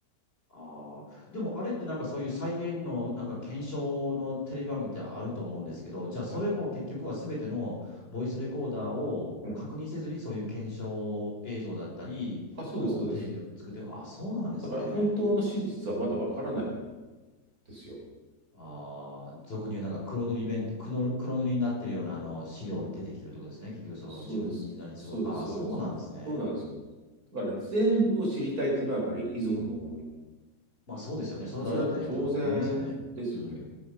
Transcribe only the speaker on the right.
はい。うん。あ、そうです、
そうです。
だから本当の真実はまだわからないですよ。
うん。
そうです。そうです、
そうです。
そうなんですよ。だから全部を知りたいっていうのはやっぱり遺族の思い。
まあ、それは当然ですよね。